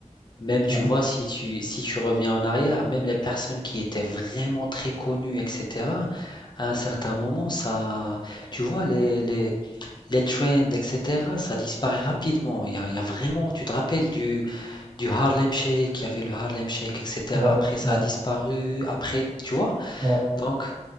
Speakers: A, on the left (about 35°); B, on the right (about 25°).
A: Même tu
B: Hum,
A: vois, si tu, si tu reviens en arrière, même les personnes qui étaient vraiment très connues, etc., à un certain moment, ça, tu vois, les, les, les trends, etc., ça disparaît rapidement. Il y a, il y a vraiment, tu te rappelles du, du Harlem Shake, il y avait le Harlem Shake, etc.
B: voilà.
A: Après, ça
B: Ouais, ouais,
A: a disparu, après, tu vois?
B: ouais,
A: Donc,